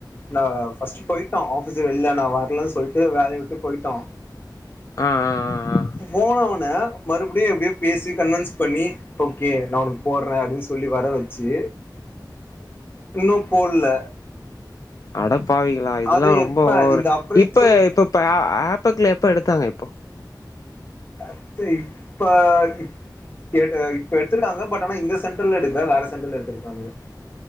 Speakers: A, on the left; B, on the left.
A: நா பர்ஸ்ட்டு பொயிட்டா ஆபிஸ் வெள்ல நா வர்லன் சொல்ட்டு ட்டு வேலைய விட்டு பொயிட்டா
B: ஆ ஆ ஆ ஆ
A: போனவன மறுபடியு எப்டியோ பேசி கன்வின்ஸ் பண்ணி இப்ப யே நா உனக்கு போட்றே அப்டின் சொல்லி வர வச்சு இன்னு போட்ல
B: அடப் பாவிங்களா இதெல்லா
A: அது
B: ரொம்ப
A: எப்ப
B: ஓவரு
A: இந்த அப்ரைசல்
B: இப்ப இப்பப்ப ஆப்பக்குல எப்ப எடுத்தாங்க இப்போ
A: அட்த்து இப்ப இப் இப்ப எடுத்துருக்காங்க பட் ஆனா இந்த சென்டர்ல எடுக்ல வேற சென்டர்ல எடுத்துருக்காங்க